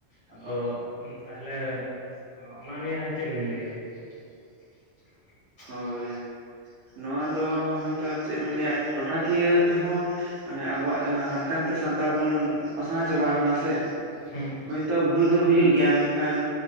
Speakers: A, on the left (about 40°); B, on the right (about 80°).
A: ᱟᱫᱚ
B: ᱚ
A: ᱛᱟᱦᱚᱞᱮ ᱚᱱᱟ ᱱᱤᱭ ᱪᱮᱫ ᱵᱤᱱ ᱞᱟᱹᱭ ᱟ? <inaudible>
B: ᱦᱳᱭ ᱱᱚᱣᱟ ᱫᱚ ᱦᱚᱭᱛᱳ ᱪᱮᱫ ᱵᱮᱱ ᱞᱟᱹᱭ ᱟ ᱴᱚᱴᱷᱟᱠᱤᱭᱟᱹ ᱛᱮᱦᱚᱸ ᱢᱟᱱᱮ ᱟᱵᱚᱣᱟᱜ ᱡᱟᱦᱟᱸ ᱦᱟᱱᱛᱮ ᱱᱟᱛᱮ ᱥᱟᱱᱛᱟᱲ ᱵᱚᱱ ᱯᱟᱥᱱᱟᱣ ᱪᱟᱵᱟ ᱠᱟᱱᱟ ᱥᱮ
A: ᱦᱮᱸ ᱦᱮᱸ
B: ᱦᱳᱭᱛᱚ ᱵᱷᱩᱞ ᱫᱚ ᱦᱩᱭᱩᱜ ᱜᱮᱭᱟ ᱢᱮᱱᱠᱷᱟᱱ